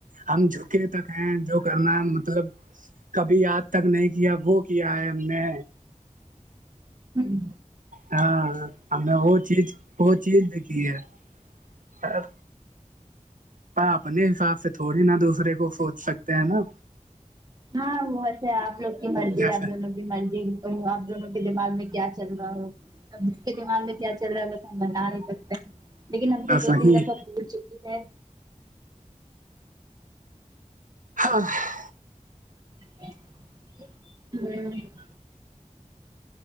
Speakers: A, on the right; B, on the right.
A: ہم جھکے تک ہیں جو کرنا مطلب کب ابھی یاد تک نہیں کیا وہ کیا ہے ہم نے
B: ہمم
A: ہاں ہم نے وہ چیز وہ چیز د یکھی ہےخیر پر اپنے حساب سے تھوڑی نہ دوسرے کو سوچ سکتے ہیں نہ
B: ہاں ویسے آپ لوگ کی مرضی
A: جیسے
B: آپ دونوں کی مرضی تو اب دونوں کے دماغ میں کیا چل رہا ہو اب دماغ میں کیا چل رہا ہے بس ہم بتا نہیں سکتے لیکن ہم
A: بس
B: سے دو
A: وہی
B: تین دفعہ پول چکی ہے
A: <inaudible>
B: ہمم